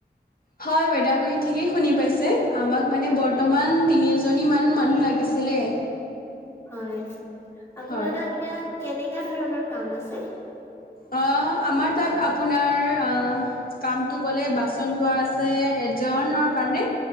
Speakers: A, on the left (about 55°); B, on the left (about 15°).
A: হয় বাইদেউ আপুনি ঠিকেই শুনি পাইছে, আমাক মানে বৰ্তমান তিনিজনী মান মানুহ লাগিছিলে। <inaudible>
B: হয়, আপোনাৰ
A: হয়
B: তাত এতিয়া কেনেকা ধৰণৰ কাম আছে?
A: অ আমাৰ তাত আপোনাৰ অ কামটো ক'লে বাচন ধোৱা আছে এজনৰ কাৰণে